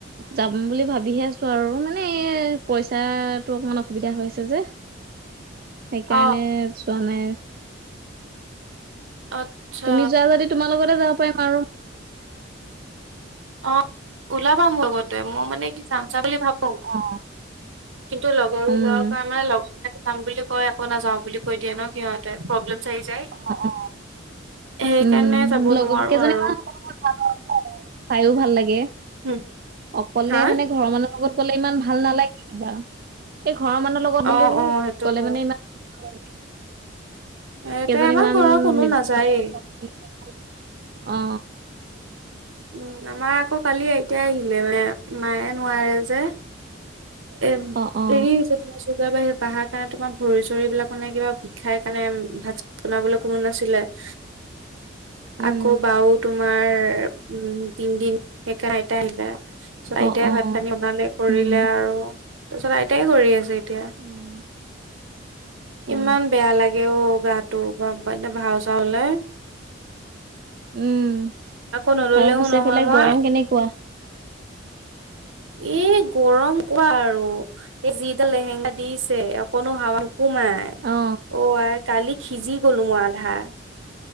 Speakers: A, on the right (about 50°); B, on the right (about 85°).
A: যাম বুলি ভাবিহে আছো আৰু। মানে পইচাটো অকমান অসুবিধা হৈছে যে। সেইকাৰণে
B: অ
A: চোৱা নাই।
B: আচ্ছা
A: তুমি যোৱা যদি তোমাৰ লগতে যাব পাৰিম আৰু।
B: অ ওলাবা মোৰ লগতে মই মানে কি যাম চা বুলি ভাবো।
A: অ
B: কিন্তু লগৰ
A: উম
B: ল কাৰ মানে লগৰ বিলাক যাম বুলি কয় একো নাযাও বুলি কৈ দিয়ে ন সিহঁতে প্ৰব্লেম। চাই যায়।
A: অ অ
B: সেইকাৰণে
A: উম
B: যাব
A: লগত
B: নোৱাৰো
A: কেইজনী
B: আৰু
A: মান <unintelligible> চাইও ভাল লাগে।
B: উম
A: অকলে
B: হা
A: মানে ঘৰৰ মানুহ লগত গলে ইমান ভাল নালাগিব কিবা। এক- ঘৰৰ মানুহ লগত
B: অ
A: বুলিও
B: অ সেইটো
A: গ'লে
B: হয়
A: মানে ইমান-
B: সেইটোৱে
A: কেইজনী
B: আমাৰ
A: মান
B: ঘৰৰ কোনো
A: নিজৰ
B: নাযায়েই
A: লগত <unintelligible> অ
B: উম আমাৰ আকৌ কালি আইতা আহিলে মানে মায়ে নোৱাৰে যে। এম
A: অ অ
B: ৰি হৈছে তোমাৰ বাহি পাহাৰ কাৰণে তোমাৰ ভৰি চৰিবিলাক নে কিবা বিষাই কাৰণে ভাত বনাবলৈ কোনো নাছিলে। <inaudible>
A: উম
B: আকৌ বাও তোমাৰ উম তিনদিন একা আইতা আহিলে। তাৰ পাছত আইতাই
A: অ অ
B: ভাত পানী বনালে কৰিলে
A: উম
B: আৰু তাৰ পিছত আইতাই কৰি আছে। এতিয়া
A: উম। অ
B: ইমান বেয়া লাগে অ। গাটো <unintelligible> ভাও চাউ হ'লে।
A: উম
B: আকৌ নললেও
A: আৰু পিছে সেইফালে
B: নহয় মই
A: গৰম কেনেকুৱা।
B: এ গৰম কোৱা আৰু এই যিডাল লেহেংগা দিছে অকনো হাৱা নো- সোমাই
A: অ
B: অ আ কালি সিজি গলো মই আধা।